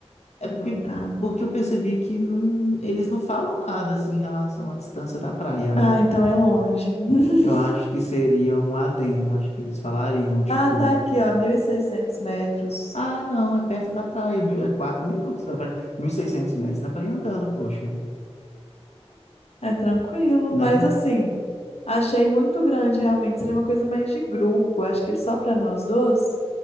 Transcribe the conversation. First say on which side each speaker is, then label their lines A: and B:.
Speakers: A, on the left; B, on the left.
A: É
B: Deixa
A: porque,
B: eu voltar.
A: porque eu percebi que não, eles não falam nada assim em relação à distância da praia,
B: Ah,
A: né?
B: então é longe. <laughs>
A: Eu acho que seria um adendo, acho que eles falariam, tipo.
B: Ah, tá aqui, ó, 1.600 metros.
A: Ah, não, é perto da praia, mil- é quatro minutos da praia, 1.600 metros, dá pra ir andando, poxa,
B: É, é tranquilo,
A: né?
B: mas assim, achei muito grande, realmente. Seria uma coisa mais de grupo, acho que só para nós dois.